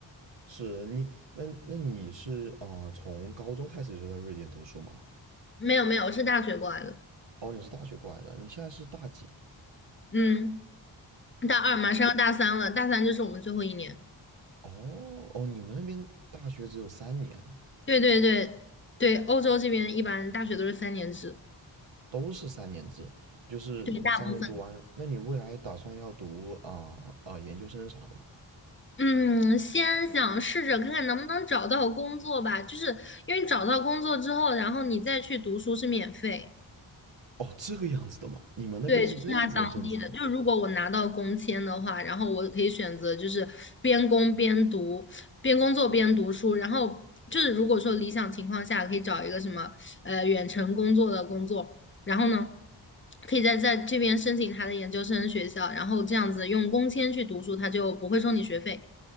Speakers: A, on the right; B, on the left.
A: 是你，那那你是啊，从高中开始就在瑞典读书吗？
B: 没有没有，我是大学过来的。
A: 哦，你是大学过来的，你现在是大几
B: 嗯，大二马上要大三了，大三就是我们最后一年。
A: 哦哦，你们那边大学只有三年啊
B: 对对对对，欧洲这边一般大学都是三年制，
A: 都是三年制，就是你三年读完了那你未来打算要读啊啊、
B: 对，大部分。
A: 研究生啥的吗？
B: 嗯，先想试着看看能不能找到工作吧，就是因为找到工作之后，然后你再去读书是免费。
A: 哦，这个样子的吗？你们那边是这样子的政策？
B: 对，就是他当地的。就如果我拿到工签的话，然后我可以选择就是边工边读，边工作边读书。然后就是如果说理想情况下，可以找一个什么呃远程工作的工作，然后呢，可以在在这边申请他的研究生学校，然后这样子用工签去读书，他就不会收你学费。